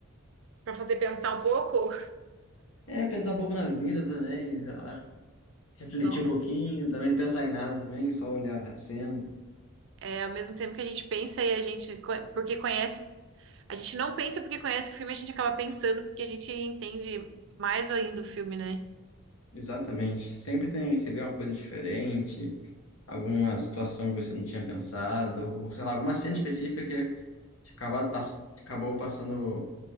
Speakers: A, on the right; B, on the left.
A: Pra fazer pensar um pouco?
B: É, pensar um pouco na vida também, sei lá, refletir
A: Não.
B: um pouquinho, também não pensar em nada também, só olhar a cena.
A: É ao mesmo tempo que a gente pensa e a gente, co- porque conhece, o- a gente não pensa porque conhece o filme, a gente acaba pensando porque a gente entende mais ainda o filme, né?
B: Exatamente. Sempre tem, você vê uma coisa diferente, alguma situação que você não tinha pensado, ou sei lá, alguma cena específica que acabado, pass- acabou passando